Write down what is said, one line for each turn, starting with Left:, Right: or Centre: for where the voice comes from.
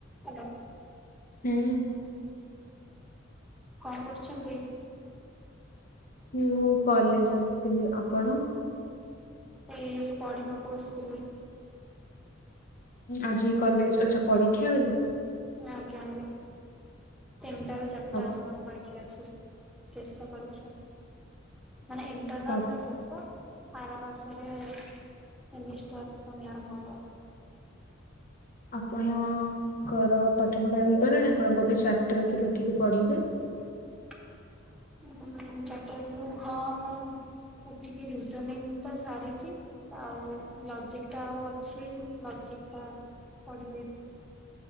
Centre: Hello.
Left: ହୁଁ।
Centre: କଣ କରୁଛନ୍ତି?
Left: ହୁଁ ମୁଁ କଲେଜ ଆସିଥିଲି ଆପଣ
Centre: ଏଇ ପଢିବାକୁ ଆସିଥିଲି।
Left: ଆଜି କଲେଜ ଆଚ୍ଛା ପରୀକ୍ଷା
Centre: ଆଜ୍ଞା ଆଜ୍ଞା ତିନିଟା ରୁ ଚାରିଟା
Left: ପା-
Centre: ଆଜି ମୋର ପରୀକ୍ଷା ଅଛି। ଶେଷ ପରୀକ୍ଷା ମାନେ ଇଣ୍ଟରନାଲର
Left: ପା-
Centre: ଶେଷ। ଆରା ମାସରେ ସେମିଷ୍ଟାର ଫୁଣି ଆରମ୍ଭ‌ ହେବ।
Left: ଆପଣଙ୍କର ପାଠ ପଢା ହେଇଗଲାଣି ଆପଣ କେବେ ଚାରିଟା ରାତିରୁ ଉଠିକି ପଢିବା।
Centre: <inaudible> ମୁଁ ମୁଁ ଚାରିଟା ରାତିରୁ ହଁ ମୁଁ ଉଠିକି ରିଜୋନିଙ୍ଗ ଟା ସାରିଛି ଆଉ ଲଜିକଟା ଆଉ ଅଛି ଲଜିକ ‌ହଁ ପଡିିବି।